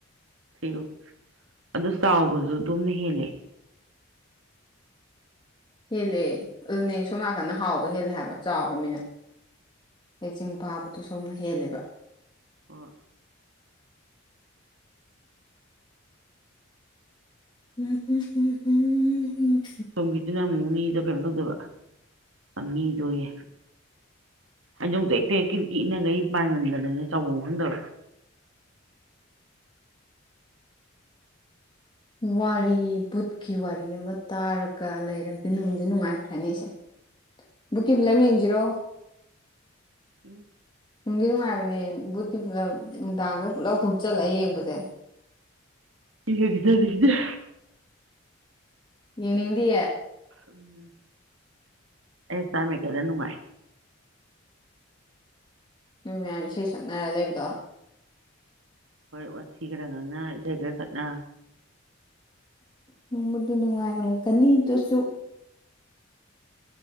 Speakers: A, on the right (about 70°); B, on the left (about 20°).
A: ꯊꯤꯌꯣ ꯑ ꯆꯥꯎꯕꯁꯨ ꯑꯗꯨꯝꯅ ꯍꯦꯜꯂꯦ
B: ꯍꯦꯜꯂꯦ ꯑꯗꯨꯅꯦ ꯁꯣꯝ ꯅꯥꯀꯟꯗ ꯍꯥꯎꯕ ꯍꯦꯜꯂꯦ ꯍꯥꯏꯕ ꯆꯥꯎꯔꯕꯃꯤꯅ ꯀꯦꯛꯆꯤꯡ ꯐꯥꯕꯗꯨꯣ ꯁꯣꯝꯅ ꯍꯦꯜꯂꯦꯕ
A: ꯑꯣ
B: ꯎ
A: ꯑꯁꯣꯝꯒꯤꯗꯨꯅ ꯑꯃꯨꯛ ꯃꯤꯗ ꯀꯩꯅꯣ ꯇꯧꯗꯕ ꯃꯤꯗꯣꯌꯦ ꯍꯥꯏꯗꯧꯇꯛꯇꯀꯤꯀꯤ ꯏꯅꯒꯩ ꯄꯥꯏꯃꯟꯗ꯭ꯔꯅꯦ ꯆꯥꯎꯐꯝ ꯈꯪꯗꯕ
B: ꯋꯥꯔꯤ ꯕꯨꯠꯀꯤ ꯋꯥꯔꯤ ꯑꯃ ꯇꯥꯔꯒ ꯂꯩꯔꯗꯤ ꯅꯨꯡꯗꯤ ꯅꯨꯡꯉꯥꯏꯈ꯭ꯔꯅꯤꯁꯦ ꯕꯨꯛꯀꯤ ꯐꯤꯂꯝ ꯌꯦꯡꯁꯤꯔꯣ
A: ꯎꯝ
B: ꯅꯨꯡꯗꯤꯤ ꯅꯨꯡꯉꯥꯏꯜꯅꯦ ꯕꯨꯠꯀꯤ ꯄꯨꯂꯞ ꯅꯨꯡꯗꯥꯡꯗ ꯄꯨꯂꯞ ꯍꯨꯝꯆꯠꯂ ꯌꯦꯡꯕꯁꯦ
A: ꯍ ꯍꯗꯦ ꯑꯗꯨꯗꯗꯦ
B: ꯌꯦ ꯅꯗꯤ
A: ꯎꯝ ꯑꯦꯁꯥ ꯃ ꯀꯦꯗꯅꯅꯨꯡꯥꯏ
B: ꯅꯣꯏ ꯃꯌꯥꯝ ꯏꯁꯩ ꯁꯛꯅꯔ ꯂꯩꯕꯗꯣ
A: ꯍꯣꯏ ꯑꯣꯊꯤ ꯈꯔ ꯉꯪꯅ ꯏꯁꯩ ꯈꯔ ꯈꯠꯅ
B: ꯅꯣꯡꯃꯗꯤ ꯅꯨꯡꯉꯥꯏꯔꯝꯒꯅꯤ ꯑꯗꯨꯁꯨ